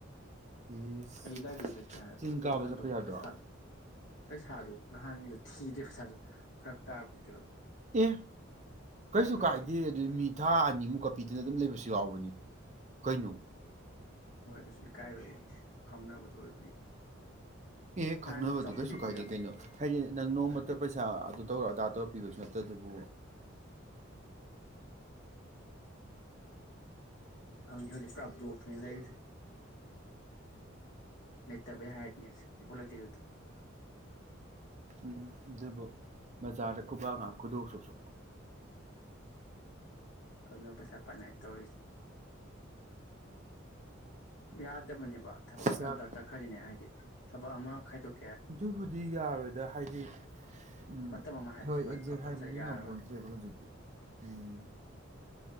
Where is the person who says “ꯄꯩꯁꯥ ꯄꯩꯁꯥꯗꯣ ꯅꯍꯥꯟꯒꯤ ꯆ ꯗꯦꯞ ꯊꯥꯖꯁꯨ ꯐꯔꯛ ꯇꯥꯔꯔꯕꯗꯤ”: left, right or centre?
Left